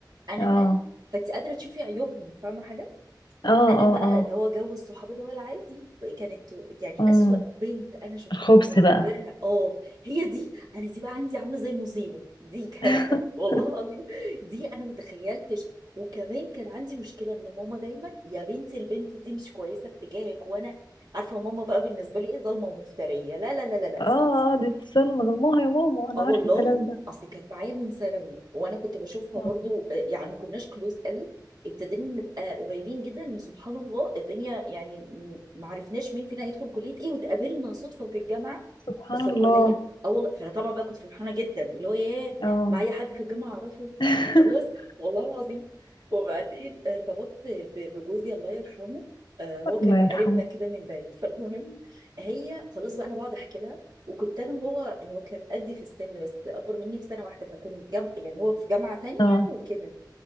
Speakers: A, on the right (about 60°); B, on the left (about 80°).
A: انا
B: اه
A: بقى فانت قادره تشوفي عيوبهم فاهمه حاجه
B: اه
A: انا
B: اه
A: بقى
B: اه
A: اللي هو جو الصحاب اللي هو العادي كانت يعني
B: امم
A: اسوأ بنت انا شفتها
B: الخبز
A: كنت بعتبرها
B: بقى
A: اه هي دي انا دي بقى عندي عامله زي المصيبه دي كارثه
B: <laughs>
A: والله العظيم دي انا متخيلتش وكمان كان عندي مشكله ان ماما دايما يا بنتي البنت دي مش كويسه اتجاهك وانا عارفه ماما بقى بالنسبه لي ايه ظالمه ومفتريه لا لا لا لا لا
B: اه
A: اسكتي
B: اه دي اتصال ظلموها يا ماما انا
A: اه والله
B: عارفه الكلام ده
A: اصل كانت معايا من ثانوي وانا كنت بشوفها
B: آه،
A: برضو آه، يعني ما كناش كلوز قوي ابتدينا نبقى قريبين جدا ان سبحان الله الدنيا يعني م- ما عرفناش مين فينا هيدخل كليه ايه واتقابلنا صدفه في الجامعه
B: سبحان
A: بس في الكليه
B: الله
A: اه والله فانا طبعا بقى كنت فرحانه جدا اللي هو ياه
B: اه
A: معايا حد في الجامعه اعرفه
B: <laughs>
A: خلاص والله العظيم وبعدين ارتبطت ب- بجوزي الله يرحمه آه، هو كان
B: الله يرحمه
A: قريبنا كده من بعيد فالمهم هي خلاص بقى انا بقعد احكي لها وكنت انا وهو هو كان قدي في السن بس اكبر مني بسنه واحده فكنا جم... يعني هو في جامعه تانية
B: اه
A: وكده